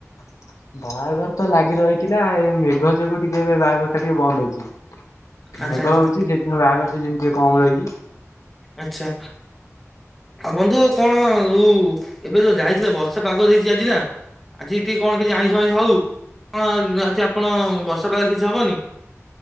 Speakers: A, on the left; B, in the centre.
A: <inaudible> ବାହାଘର ତ ଲାଗି ରହିଥିଲା ଏ ମେଘ ଯୋଗୁ ଟିକେ ବାହାଘର ଟା ଟିକେ ବନ୍ଦ ଅଛି।
B: ଆଚ୍ଛା
A: ମେଘ
B: ଆଚ୍ଛା
A: ହଉଛି ସେଥିପାଇଁ ବାହାଘର ସିଜେନ ଟିକେ କମ ରହିଛି।
B: ଆଛା। ଆଉ ବନ୍ଧୁ କଣ ଉ ଏବେ ଯୋଉ ଯାଇଥିଲ ବର୍ଷା ପାଗ ଦେଇଛି ଆଜି ନା। ଆଜି ଟିକେ କଣ କିଛି ଆଇଁଷ ଫାଇଁଷ ହଉ କଣ ଆଜି ଆପଣ ବର୍ଷା ପାଗରେ କିଛି ହବନି?